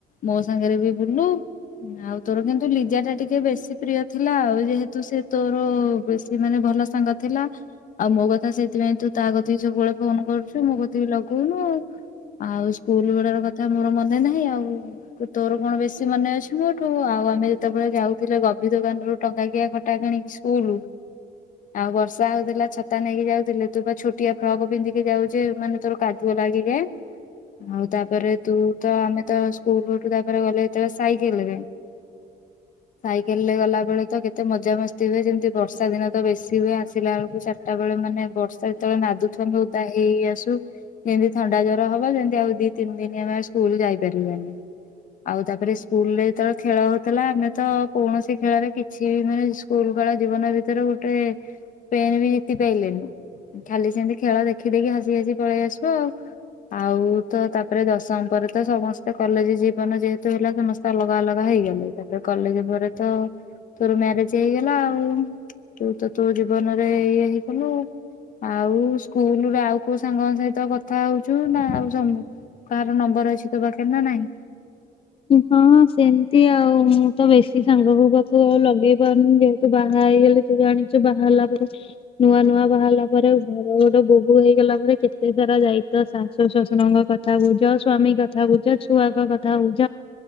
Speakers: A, on the left; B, on the left.
A: ମୋ ସାଙ୍ଗରେ ବି ବୁଲୁ ଆଉ ତୋର କିନ୍ତୁ ଲିଜା ଟା ଟିକେ ବେଶୀ ପ୍ରିୟ ଥିଲା ଆଉ ଯେହେତୁ ସେ ତୋର ବେଶୀ ମାନେ ଭଲ ସାଙ୍ଗ ଥିଲା ଆଉ ମୋ କଥା ସେଥିପାଇଁ ତୁ ତା କଥା ବି ସବୁବେଳେ ଫୋନ କରୁଛୁ ମୋ କଥା ବି ଲଗଉନୁ ଆଉ ଆଉ ସ୍କୁଲ ବେଳାର କଥା ମୋର ମନେ ନାହିଁ ଆଉ ତୋର କଣ ବେଶୀ ମନେ ଅଛି ୁଠୁ ଆଉ ଆମେ ଯେତେବେଳେ ଯାଉଥିଲେ ଗଭ ଦୋକାନରୁୁ ଟଙ୍କା କିିଆ ଖଟା କିଣିକି ସ୍କୁଲ ଆଉ ବର୍ଷା ହଉଥିଲା ଛତା ନେଇକି ଯାଉଥିଲେ ତୁ ବା ଛୋଟିଆ ଫ୍ରକ ପିନ୍ଧିକି ଯାଉଛେ ମାନେ ତୋର କାଦୁଅ ଲାଗିକା ଆଉ ତାପରେ ତୁ ତ ଆମେ ତ ସ୍କୁଲଠୁ ତାପରେ ଗଲେତେବେଳୋଇ ସାଇକେଲରେ ଗଲା ବେଳେ ତ କେତେ ମଜା ମସ୍ତି ହୁଏ ଯେମତି ବର୍ଷା ଦିନ ତ ବେଶୀ ହୁଏ ଆସିଲା ବେଳକୁ ଚାରିଟା ବେଳେ ମାନେ ବର୍ଷା ଯେତେବେଳେ ନାଦୁଥମେ ଉଦା ହେଇ ଆସୁ ଯେମିତି ଥଣ୍ଡା ଜ୍ର ହବ ସେମିତି ଆଉ ଦି ତିନି ଦିନ ଆମେ ସ୍କୁଲ ଯାଇପାରିବାନି ଆଉ ତାପରେ ସ୍କୁଲରେ ଯେତେବେଳେ ଖେଳ ହଉଥିଲା ଆମେ ତ କୌଣସି ଖେଳରେ କିଛି ବି ମାନେ ସ୍କୁଲ କାଳ ଜୀବନ ଭିତରେ ଗୋଟେ ପେନ ବି ଜିତି ପଲେନି ଖାଲି ସେମିତି ଖେଳ ଦେଖି ଦେଖି ହସି ହସି ପଳେଇ ଆସିବ ଆଉ ଆଉ ତ ତାପରେ ଦଶମ ପରେ ତ ସମସ୍ତେ କଲେଜ ଜୀବନ ଯେହେତୁ ହେଲା ସମସ୍ତେ ଅଲଗା ଅଲଗା ହେଇଗଲେ ତାପରେ କଲେଜ ପରେ ତ ତୋର ମ୍ୟାରେଜ ହେଇଗଲା ଆଉ ତୁ ତ ତୋ ଜୀବନରେ ଇଏ ହେଇଗଲୁ ଆଉ ସ୍କୁଲରେ ଆଉ କୋଉ ସାଙ୍ଗ ସହିତ କଥା ହଉଛୁ ନା ଆଉ କାହାର ନମ୍ବର ଅଛି ତୋ ବାକେ ନା ନାଇଁ
B: ହଁ ସେମିତି ଆଉ ମୁଁ ତ ବେଶୀ ସାଙ୍ଗ ପାଖକୁ ଆଉ ଲଗେଇ ପାରୁନି ଯେହେତୁ ବାହା ହେଇଗଲେ ତୁ ଜାଣିଛୁ ବାହାହାର ହେଲା ପରେ ନୂଆ ନୂଆ ବାହାରିଲା ପରେ ଘର ଗୋଟେ ବୋହୂ ହେଇଗଲା ପରେ କେତେ ସାରା ଯାଇତ ଶାଶୁ ଶଶୁରଙ୍କ କଥା ବୁଝ ସ୍ୱାମୀ କଥା ବୁଝ ଛୁଆଙ୍କ କଥା ବୁଝ